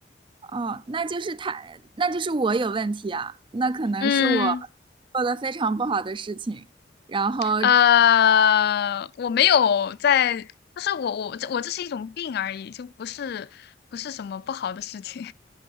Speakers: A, on the right; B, on the left.
A: 哦，那就是他，那就是我有问题啊，那可能是我
B: <laughs> 嗯，
A: 做的非常不好的事情。然后，
B: 呃，我没有在，就是我我这我这是一种病而已，就不是不是什么不好的事情。